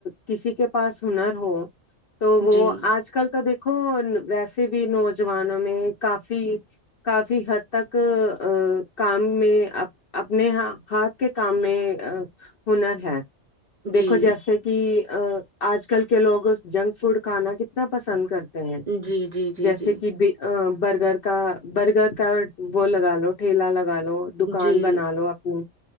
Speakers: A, on the left; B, on the right.
A: کسی کے پاس ہنر ہو تو وہ
B: جی
A: آج کل تو دیکھو ویسے بھی نوجوانوں میں کافی کافی حد تک ا کام میں اپنے ہاتھ کے کام میں آ ہنر ہے دیکھو
B: جی
A: جیسے کہ کہ آج کل کے لوگ جنک فوڈ کھانا کتنا پسند کر تے ہے
B: جی جی جی
A: جیسے
B: جی
A: کہ ب برگر کا برگر کا وہ لگا لو ٹھیلہ لگا لو دکان
B: جی
A: بنا لو اپنی